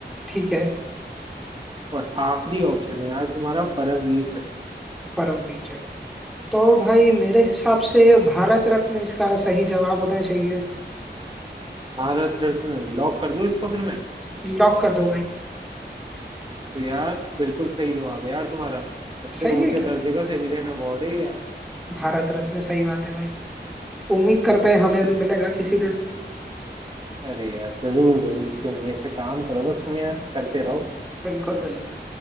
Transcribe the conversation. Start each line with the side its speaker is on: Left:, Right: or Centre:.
Centre: ठीक है
Right: और आखिरी ऑप्शन है यार तुम्हारा परमवीर चक्र
Centre: परमवीर चटर्जी तो भाई मेरे हिसाब से भारत रत्न इसका सही जवाब होना चाहिए
Right: भारत रत्न लॉक कर दूं इसको फिर मैं
Centre: लॉक कर दो भाई
Right: तो यार बिल्कुल सही जवाब है यार तुम्हारा सबसे
Centre: सही
Right: ऊंचे
Centre: है क्या
Right: दर्जे का सिविलियन अवार्ड है यार
Centre: भारत रत्न सही बात है भाई उम्मीद करते
Right: बिल्कुल
Centre: हैं हमें भी मिलेगा किसी दिन
Right: अरे यार जरूर जरूर क्यों नहीं ऐसे काम करो बस तुम यार करते रहो
Centre: बिल्कुल बिल्कुल